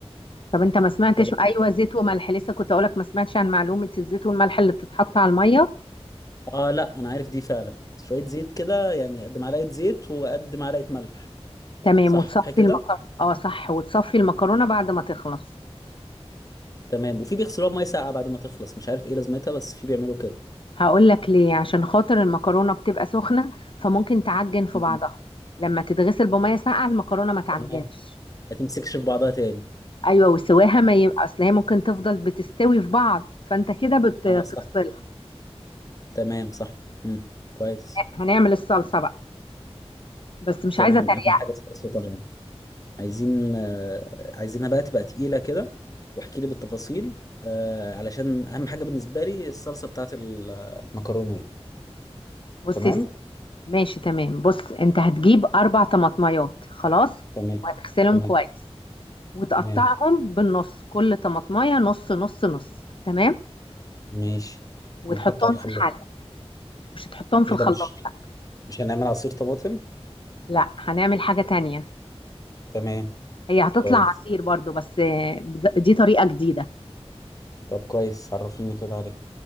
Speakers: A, on the left; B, on the left.
A: طب انت ما سمعتش
B: ولا
A: ايوه
B: في حاجة
A: زيت وملح لسه كنت اقولك ما سمعتش عن معلومه الزيت والملح اللي بتتحط على الميه
B: اه لا انا عارف دي فعلا شوية زيت كده يعني قد معلقة زيت وقد معلقة ملح
A: تمام
B: صح
A: وتصفي
B: كده
A: المكرونة اه صح وتصفي المكرونة بعد ما تخلص
B: تمام وفي بيغسلوها بمية ساقعة بعد ما تخلص مش عارف ايه لازمتها بس في بيعملوا كده
A: هقول لك ليه عشان خاطر المكرونة بتبقى سخنة فممكن تعجن في
B: مم.
A: بعضها لما تتغسل بمية ساقعة المكرونة ما تعجنش
B: تمام ما تمسكش في بعضها تاني
A: ايوه وسواها ما يبقى اصل هي ممكن تفضل بتستوي في بعض فانت كده بتفصلها
B: اه صح تمام صح مم. كويس
A: هنعمل الصلصة بقى بس مش
B: تمام
A: عايزة تريقة
B: اهم حاجه الصلصه طبعا عايزين آه عايزينها بقى تبقى تقيله كده واحكي لي بالتفاصيل آه علشان اهم حاجه بالنسبه لي الصلصه بتاعت ال- المكرونه دي
A: بص
B: تمام
A: يا سيدي ماشي تمام بص انت هتجيب اربع طماطميات خلاص
B: تمام
A: وهتغسلهم
B: تمام
A: كويس وتقطعهم
B: تمام
A: بالنص كل طماطمية نص نص نص تمام
B: ماشي
A: وتحطهم
B: ونحط على الخلاط
A: في حلة مش هتحطهم في
B: ايه
A: الخلاط
B: ده مش
A: لا
B: مش هنعمل عصير طماطم
A: لا هنعمل حاجة تانية
B: تمام
A: هي هتطلع
B: كويس
A: عصير برضو بس آه، بد- دي طريقة جديدة
B: طب كويس عرفيني كده عليه